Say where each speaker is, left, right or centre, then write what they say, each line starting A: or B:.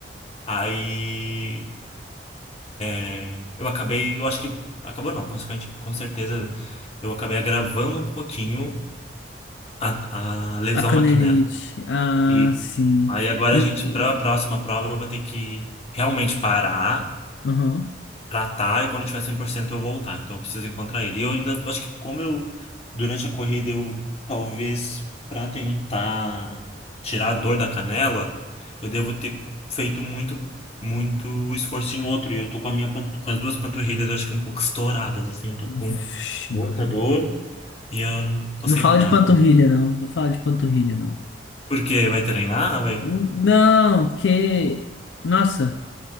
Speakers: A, on the left; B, on the left.
A: Aí. É, eu acabei, eu acho que acabou não, consequente, com certeza eu acabei agravando um pouquinho a, a lesão
B: A canelite.
A: na canela.
B: Ah,
A: E
B: sim.
A: aí agora
B: Hum,
A: a gente
B: e-
A: para a próxima prova eu vou ter que realmente parar
B: Uhum.
A: tratar e quando eu tiver 100% eu voltar. Então eu preciso encontrar ele. E eu ainda eu acho que como eu durante a corrida eu talvez para tentar tirar a dor da canela, eu devo ter feito muito muito esforço em outro e eu tô com a minha pan- com as duas panturrilhas eu acho que um pouco estouradas assim, eu tô
B: Vixe,
A: com muita
B: Mari.
A: dor e eu não- tô
B: Não
A: sem
B: fala
A: andar.
B: de panturrilha, não. Não fala de panturrilha, não.
A: Por quê? Vai treinar? Vai?
B: Não, porque. Nossa.